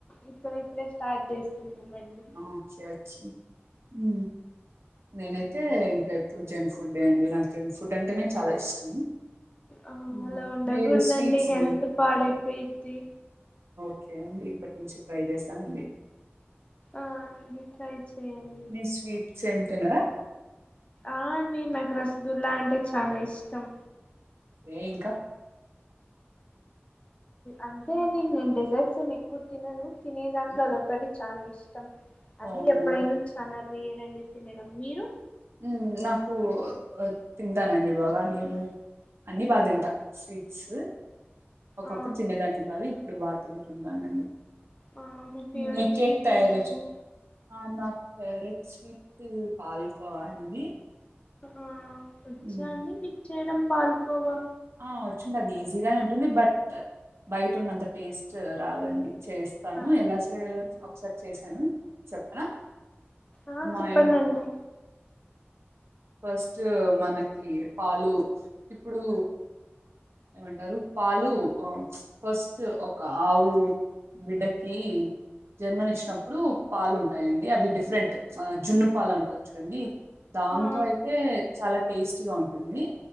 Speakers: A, on the left (about 30°); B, on the right (about 75°).
A: ఇప్పుడిప్పుడే స్టార్ట్ చేస్తున్నామండి
B: ఆ ఓకే ఓకే ఉ నేను అయితే ఇంకా ఎప్పుడు జంక్ ఫుడ్ అండి నాకు జంక్ ఫుడ్ అంటేనే చాలా ఇష్టం
A: ఆ
B: హ్మ్.
A: అలా ఉండకూడదండి
B: మీరు స్వీట్స్
A: హెల్త్ పాడైపోయిద్ది
B: ఓకే ఇప్పటి నుంచి ట్రై చేస్తామండి
A: ఆ అండి ట్రై చేయండి
B: మీరు స్వీట్స్ ఏం తినారా
A: ఆ అండి నాకు రసగుల్లా అంటే చాలా ఇష్టం
B: ఏ ఇంకా
A: అంతే అండి నేను డెజర్ట్స్ ఏమి ఎక్కువ తినను తినే దాంట్లో
B: ఓకే.
A: అదొ ఒకటి చానా ఇష్టం అది
B: అవునా
A: ఎప్పుడైనా చానా రేరండి తినేడం మీరు?
B: ఉ నాకు తింటానండి బాగా నేను అన్ని బా తింట స్వీట్స్ ఒకప్పుడు
A: ఆ
B: తినేదాన్ని కాదు ఇప్పుడు బాగా తింటున్ననాండి.
A: ఆ ఫేవరెట్
B: మీ కేక్
A: స్వీట్
B: తయారు
A: ఏదండి
B: ఆ నాకు ఫేవరెట్ స్వీట్ పాలకోవా అండి
A: ఆ వచ్చా
B: మ్మ్
A: అండి మీకు చేయడం పాలకోవా?
B: ఆ వచ్చిందండి ఈజీగానే ఉంటుంది బట్ బయట ఉన్నంత టేస్ట్ రాదండి చే స్తాను
A: ఆ
B: ఎలా చేయాలో ఒకసారి చేశాను చెప్పన
A: ఆ
B: మాయిన్
A: చెప్పండి అండి
B: ఫస్ట్ మనకి పాలు ఇప్పుడు ఏమంటారు పాలు ఫస్ట్ ఒక ఆవు బిడ్డకి జన్మని ఇచ్చినప్పుడు పాలు ఉంటాయండి అవి డిఫరెంట్ ఆ జున్ను పాలు అంటారు చూడండి దాంతో
A: ఆ
B: అయితే చాల టెస్ట్ గ ఉంటుంది